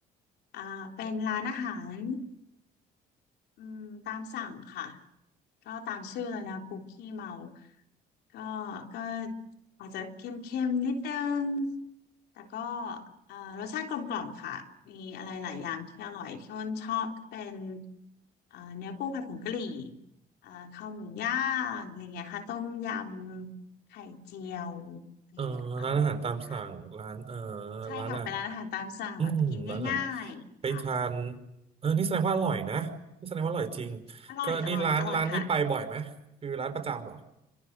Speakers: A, on the left; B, on the right.
A: อ่าเป็นร้านอาหารอืมตามสั่งค่ะ ก็ตามชื่อเลยนะคุกขี้เมาก็ก็อาจจะเค็มๆนิดนึงแต่ก็เอ่อรสชาติกลมกล่อมค่ะ มีอะไรหลายอย่างที่อร่อยที่อ้นชอบก็เป็นเอ่อเนื้อปูผัดผงกะหรี่เอ่อข้าวหมูย่างอะไรเงี้ยค่ะต้มยำไข่เจียวอะไรเงี้ยอร่อยดีค่ะ
B: เออร้านอาหารตามสั่งร้านเออ
A: ใช่ค่ะเป็นร้านอาหารตามสั่งแบบกินง่ายๆค่ะ
B: ร้านอ่ะ อืมร้านอาหารไปทานเออนี่แสดงว่าอร่อยนะนี่แสดงว่าอร่อยจริง
A: อร่อยอร่อยอร่อยค่ะ
B: ก็นี่ร้านร้านนี้ไปบ่อยไหมคือร้านประจำเหรอ